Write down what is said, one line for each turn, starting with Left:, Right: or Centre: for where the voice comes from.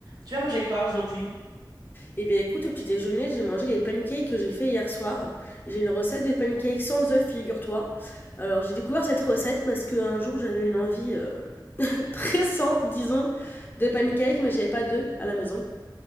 Right: Tu vas manger quoi aujourd'hui?
Left: Eh bien écoute, au petit déjeuner, j'ai mangé les pancakes que j'ai fait hier soir. J'ai une recette de pancakes sans œufs, figure-toi. Alors j'ai découvert cette recette parce qu'un jour j'avais une envie euh, <laughs> pressante, disons, de pancakes, mais j'avais pas d'œufs à la maison.